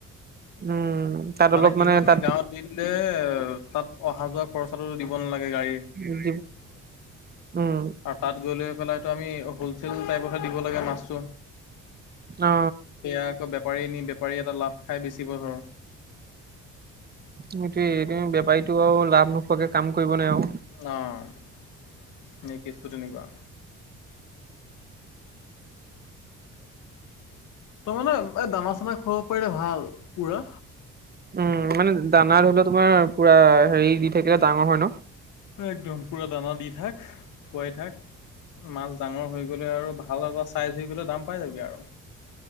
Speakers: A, on the right; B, on the left.
A: উম, তাত
B: মানে
A: অলপ
B: কি হয় আমি
A: তাত
B: গাঁৱত দি দিলে তাত অহা যোৱা খৰচাটো দিব নালাগে গাড়ী।
A: উম, উম,
B: আৰু তাত গৈ লৈ পেলাইটো আমি হ'লচেল টাইপতহে দিব লাগে মাছটো
A: অ
B: সেয়া আকৌ বেপাৰী নি বেপাৰী এটা লাভ খাই বেচিব ধৰ।
A: সেইটোয়ে এই বেপাৰীটো আৰু লাভ নোখোৱাকে কাম কৰিব নে আৰু?
B: অ', কেছটো তেনেকুৱা। ত' মানে এই দানা চানা খুৱাব পাৰিলে ভাল পুৰা
A: উম, মানে দানা ধৰিলোৱা তোমাৰ পুৰা হেৰি দি থাকিলে ডাঙৰ হয় ন?
B: একদম পুৰা দানা দি থাক, খুৱাই থাক, মাছ ডাঙৰ হৈ গ'লে আৰু ভাল এটা চাইজ হৈ গ'লে দাম পাই যাবি আৰু।